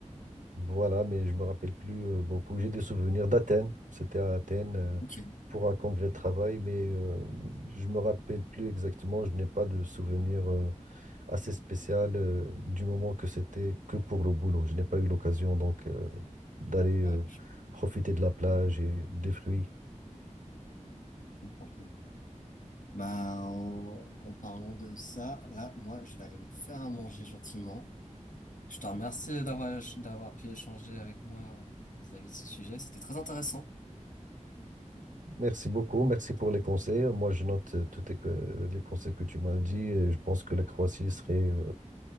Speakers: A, on the right (about 85°); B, on the left (about 85°).
A: voilà, mais je me rappelle plus euh, beaucoup. J'ai des souvenirs d'Athènes. C'était à Athènes euh,
B: Ok.
A: pour un congrès de travail, mais euh, je me rappelle plus exactement. Je n'ai pas de souvenirs. euh, assez spécial euh, du moment que c'était que pour le boulot. Je n'ai pas eu l'occasion donc euh, d'aller euh,
B: Ouais, je
A: profiter de la plage et des fruits.
B: comprends. je comprends. Bah, en, en parlant de ça, là, moi, je vais aller me faire à manger gentiment. Je te remercie d'avoir d'avoir pu échanger avec moi euh, vis-à-vis de ce sujet. C'était très intéressant.
A: Merci beaucoup, merci pour les conseils. Moi, je note euh, tous tes co- les conseils que tu m'as dit et je pense que la Croatie serait euh,